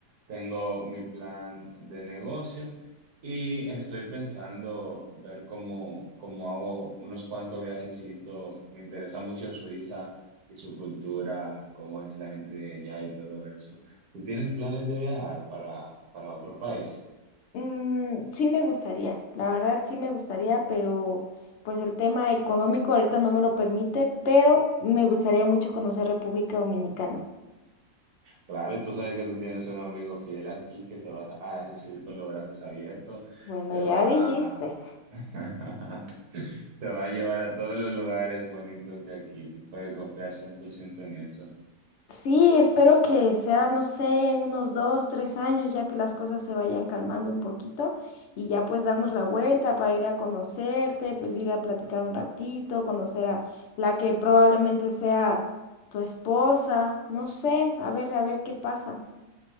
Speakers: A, on the right; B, on the left.
A: tengo mi plan de negocio y estoy pensando ver cómo, cómo hago unos cuantos viajecitos. Me interesa mucho Suiza y su cultura, cómo es la gente de allá y todo eso. ¿Tú tienes planes de viajar para, para otro país?
B: Mm, sí me gustaría, la verdad sí me gustaría, pero pues el tema económico ahorita no me lo permite, pero me gustaría mucho conocer República Dominicana.
A: Claro, y tú sabes que tú tienes un amigo fiel aquí que te vas a recibir con los brazos abiertos,
B: Bueno,
A: te va
B: ya dijiste.
A: a... <laughs> te va a llevar a todos los lugares bonitos de aquí. Tú puedes confiar 100% en eso.
B: Sí, espero que sea, no sé, en unos dos, tres años, ya que las cosas se vayan calmando un poquito y ya pues darnos la vuelta para ir a conocerte, pues ir a platicar un ratito, conocer a la que probablemente sea tu esposa, no sé, a ver, a ver qué pasa.